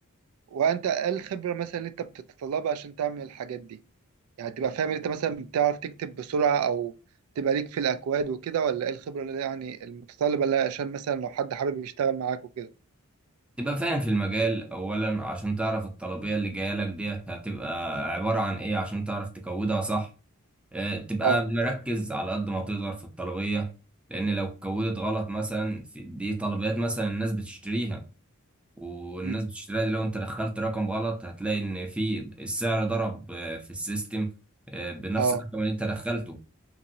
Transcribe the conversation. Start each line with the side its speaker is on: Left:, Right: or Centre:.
Right: وانت ايه الخبرة مثلا اللي انت بتتطلبها عشان تعمل الحاجات دي يعني تبقى فاهم انت مثلا بتعرف تكتب بسرعة او تبقى ليك في الاكواد وكده ولا ايه الخبرة اللي يعني المتطلبة اللي عشان مثلا لو حد حابب يشتغل معاك وكده
Centre: تبقى فاهم في المجال اولا عشان تعرف الطلبيه اللي جايه لك ديت هتبقى عباره عن ايه عشان تعرف تكودها صح آه، تبقى
Right: اه
Centre: مركز على قد ما تقدر في الطلبية لأن لو اتكودت غلط مثلا في دي طلبيات مثلا الناس بتشتريها والناس
Right: امم
Centre: بتشتريها دي لو انت دخلت رقم غلط هتلاقي ان في السعر ضرب آه، في السيستم آه، بنفس
Right: اه
Centre: الرقم اللي انت دخلته